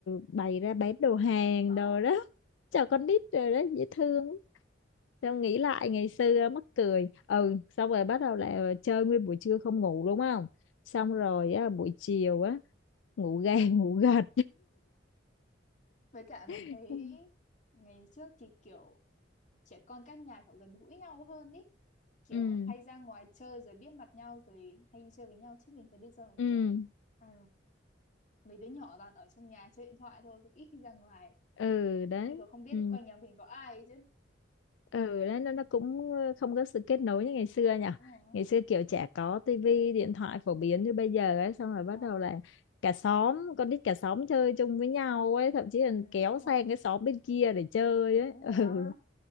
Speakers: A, on the left (about 80°); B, on the left (about 40°).
A: bày ra bán đồ hàng
B: Ờ.
A: đồ đó cho con nít rồi đó dễ thương Tao nghĩ lại ngày xưa mắc cười ừ xong rồi bắt đầu là chơi nguyên buổi trưa không ngủ đúng không xong rồi á, buổi chiều á ngủ gà <laughs> ngủ gật
B: với cả mình
A: <laughs>
B: thấy ngày trước thì kiểu trẻ con các nhà kiểu gần gũi nhau hơn ý kiểu
A: ừ
B: hay ra ngoài chơi rồi biết mặt nhau rồi hay đi chơi với nhau chứ mình thấy bây giờ
A: ừ
B: kiểu Ừ. mấy đứa nhỏ toàn ở trong nhà chơi điện thoại thôi cũng ít khi ra ngoài
A: ừ đấy
B: khi còn không biết
A: ừ
B: quanh nhà mình có ai ấy chứ
A: ừ nó nó nó cũng không có sự kết nối như ngày xưa
B: ờ
A: nhỉ
B: đúng rồi
A: ngày xưa kiểu chả có tivi điện thoại phổ biến như bây giờ ấy xong rồi bắt
B: ờ
A: đầu là cả xóm con nít cả xóm chơi chung với nhau ấy thậm chí là
B: ừ,
A: kéo
B: đúng
A: sang
B: rồi
A: cái xóm bên kia
B: Ừ,
A: để chơi ấy
B: đúng
A: <laughs>
B: rồi á
A: ừ